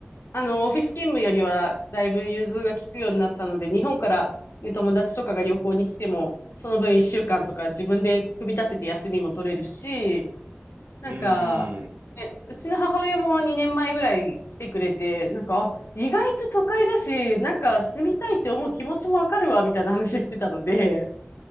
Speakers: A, on the left; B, on the right.
A: あの、オフィス勤務よりは、だいぶ融通が利くようになったので、日本から、ね、友達とかが旅行に来ても、その分1週間とか自分で組み立てて休みも取れるし、なんか、
B: うん、うん、
A: ね、うちの母親も2年前ぐらい来てくれて、なんか、あ、意外と都会だし、なんか住みたいって思う気持ちもわかるわ、みたいな話してたので、